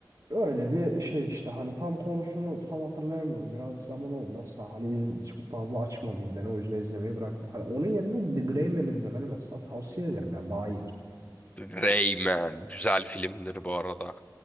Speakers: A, on the right; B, on the left.
A: Öyle bir şey işte hani tam konusunu tam hatırlayamıyorum. Birazcık zaman olmaz da hani iz, çok fazla açmadıydı ben o yüzden izlemeyi bıraktım. Hani onun yerine The Gray Man izlemeni mesela tavsiye ederim ya daha iyidir.
B: Rayman güzel filmdir bu arada.